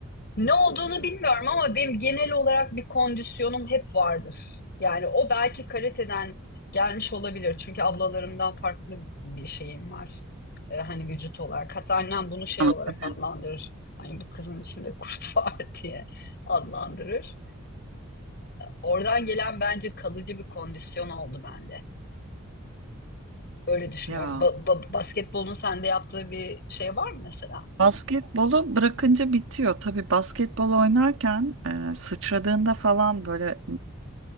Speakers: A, on the left (about 50°); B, on the right (about 60°).
A: Ne olduğunu bilmiyorum ama benim genel olarak bir kondisyonum hep vardır. Yani o belki karateden gelmiş olabilir. Çünkü ablalarımdan farklı bir şeyim var. Ee, hani vücut olarak. Hatta annem bunu şey
B: Anatomi.
A: olarak adlandırır. Hani bu kızın içinde kurt <laughs> var diye adlandırır. Oradan gelen bence kalıcı bir kondisyon oldu bende. Öyle düşünüyorum.
B: Ya
A: Ba- ba- basketbolun sende yaptığı bir şey var mı mesela?
B: basketbolu bırakınca bitiyor. Tabii basketbol oynarken e, sıçradığında falan böyle